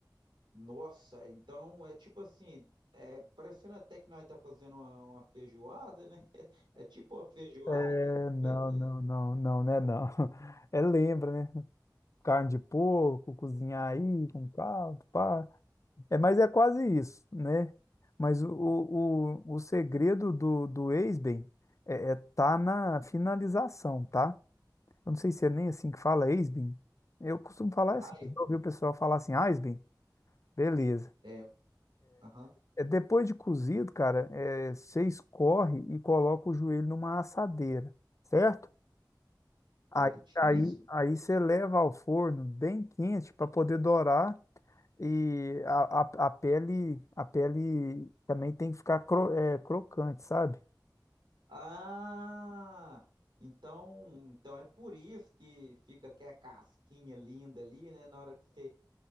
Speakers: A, on the right; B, on the left.
A: Nossa, então é tipo assim, é parecendo até que nós tá fazendo uma, uma feijoada, né? <laughs> É tipo uma feijoada?
B: É, não,
A: Como é que
B: não,
A: é?
B: não, não, né? Não. <laughs> É lembra, né? Carne de porco, cozinhar aí com caldo, pá. É, mas é quase isso, né? Mas
A: Uhum.
B: o, o, o o segredo do, do ex-bem é, é tá na finalização, tá? Eu não sei se é nem assim que fala ex-bem. Eu costumo falar
A: Ai,
B: assim, eu
A: bem.
B: já ouvi o pessoal falar assim, ah, bem beleza.
A: é, aham,
B: É, depois de cozido, cara, é, você escorre e coloca o joelho numa assadeira, certo? Aí,
A: certíssimo.
B: aí, aí você leva ao forno bem quente para poder dourar E a, a, a pele, a pele também tem que ficar cro- é, crocante, sabe?
A: Ah, então, então é por isso que fica aquela casquinha linda ali, né? Na hora que você